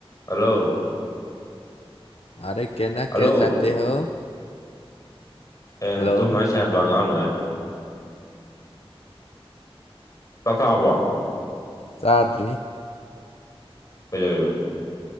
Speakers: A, on the left; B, on the left.
A: hello
B: ꯑꯔꯦ ꯀꯦꯅꯥ
A: ꯍꯜꯂꯣ
B: ꯀ꯭ꯌꯥ ꯖꯥꯇꯦ ꯍꯣ
A: ꯑꯦ
B: ꯍꯜꯂꯣ
A: ꯑꯗꯨꯃꯥꯏ ꯁꯦꯌꯥꯟ ꯇꯣꯔꯟ ꯉꯥꯡꯅꯨꯍꯦ ꯆꯥꯛ ꯆꯥꯔꯕꯣ
B: ꯆꯥꯗ꯭ꯔꯤ
A: ꯀꯩꯗꯧꯋꯤꯕ